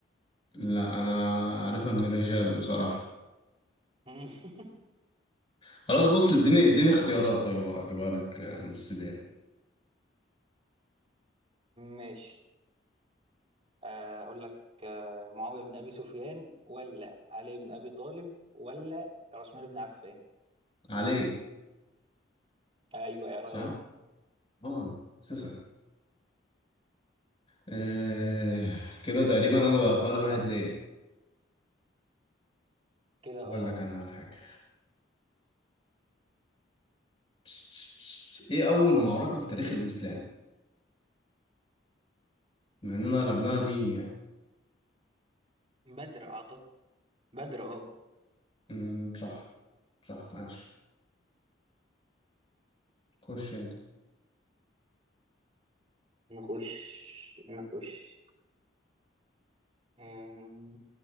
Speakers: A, on the left; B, on the right.
A: لا انا عارفها من الرجال بصراحة
B: <laughs>
A: خلاص بص اديني اديني اختيارات طيب اجيبها لك من السبيان
B: ماشي آه، اقول لك آه، معاوية بن ابي سفيان ولا علي بن ابي طالب ولا عثمان بن عفان
A: علي
B: ايوه يا راجل
A: صح اه سوسة آه كده تقريبا انا بقى فارق واحد ليا
B: كده اه
A: هقول لك انا على حاجة بس بس بس. ايه اول معركة في تاريخ الاسلام مع اننا قلبناها دين يعني
B: بدر اعتقد بدر اه
A: امم صح صح عاش خش انت
B: نخش نخش آم،